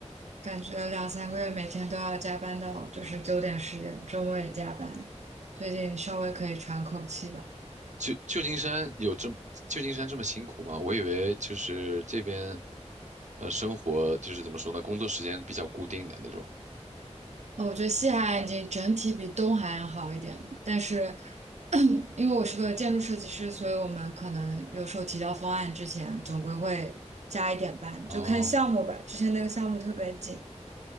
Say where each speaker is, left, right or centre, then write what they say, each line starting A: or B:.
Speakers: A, on the right; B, on the right.
A: 感觉两三个月每天都要加班到就是九点十点，周末也加班，最近稍微可以喘口气吧。
B: 旧旧金山有这么旧金山这么辛苦吗？我以为就是这边呃生活就是怎么说呢，工作时间比较固定的那种。
A: 呃我觉得西海岸已经整体比东海岸好一点了，但是 <clears throat> 因为我是个建筑设计师，所以我们可能有时候提交方案之前，总归会加一点班，
B: 哦
A: 就看项目吧。之前那个项目特别紧，